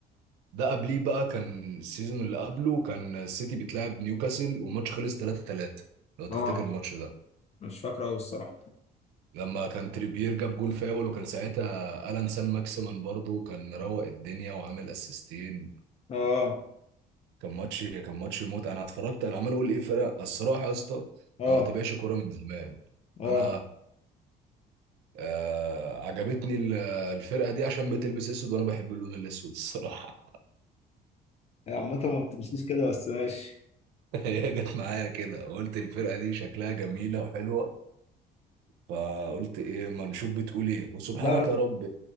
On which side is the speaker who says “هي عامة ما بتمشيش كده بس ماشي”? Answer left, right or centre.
Left